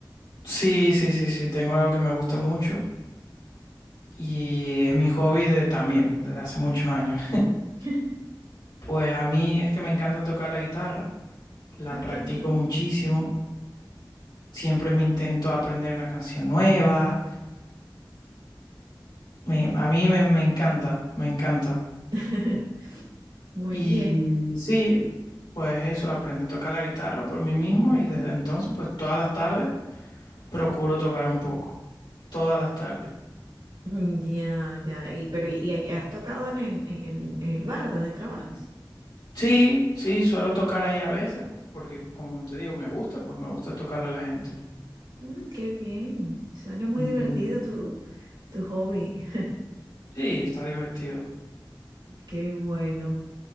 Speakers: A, on the left (about 80°); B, on the right (about 85°).
A: Sí, sí, sí, sí, tengo algo que me gusta mucho. Y es mi hobby de, también, desde hace muchos años.
B: <laughs>
A: Pues a mí es que me encanta tocar la guitarra, la
B: Ah,
A: practico
B: qué bien.
A: muchísimo, siempre me intento aprender una canción nueva, me- a mí me, me encanta, me encanta.
B: <laughs> Muy
A: Y
B: bien.
A: sí, pues eso, aprendí a tocar la guitarra por mí mismo y desde entonces, pues todas las tardes procuro tocar un poco, todas las tardes.
B: Mm, Ya, ya. Y, pero, ¿y y has tocado en el, en el, en el bar donde trabajas?
A: Sí, sí, suelo tocar ahí a veces, porque como te digo, me gusta, pues me gusta tocarle a la gente.
B: Mm, qué bien. Suena muy
A: Ujú.
B: divertido tu, tu hobby. <laughs>
A: Sí, está divertido.
B: Qué bueno.